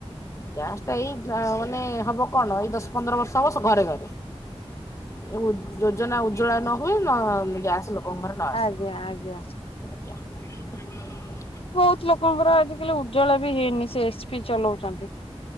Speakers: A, on the left; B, on the left.
A: ଗ୍ୟାସ ଟା ଏଇ ମାନେ ହବ କଣ ଏଇ ଦଶ ପନ୍ଦର ବର୍ଷ ହବ ଘରେ ଘରେ ଏ ଯୋଜନା ଉଜ୍ଜଳା ନ ହୁଏ ନ ଗ୍ୟାସ ଲ ଉମର ନ ଆସେ।
B: ଆଜ୍ଞା ଆଜ୍ଞା
A: <inaudible>
B: ବହୁତ ଲୋକଙ୍କର ଆଜି କାଲି ଉଜ୍ଜଳା ବି ହେଇନି ସେ ଏସ ପି ଚଲଉଛନ୍ତି।